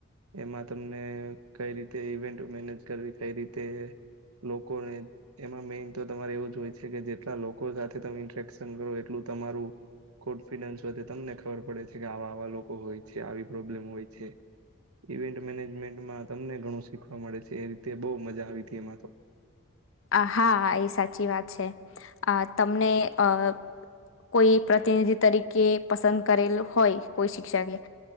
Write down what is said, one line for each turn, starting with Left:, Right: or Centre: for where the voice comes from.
Right: એમાં તમને કઈ રીતે ઈવેન્ટ મેનેજ કરવી કઈ, રીતે લોકોને એમાં મેઈન તો તમારે એવું જ હોય છે, કે જેટલા લોકો, સાથે તમે ઇન્ટ્રેક્શન કરો એટલુ તમારું કોન્ફિડન્સ વધ તમને ખબર પડે છે. કે આવા આવા લોકો હોય છે, આવી પ્રોબ્લેમ હોય છે. ઇવેન્ટ મેનેજમેન્ટમા તમને ઘણું શીખવા મળે છે, એ રીતે બહુ મજા આવી હતી, એમા તો
Left: હા, એ સાચી વાત છે, આ તમને અ કોઈ પ્રતિનિધિ, તરીકે પસંદ કરેલ હોય, કોઈ શિક્ષકે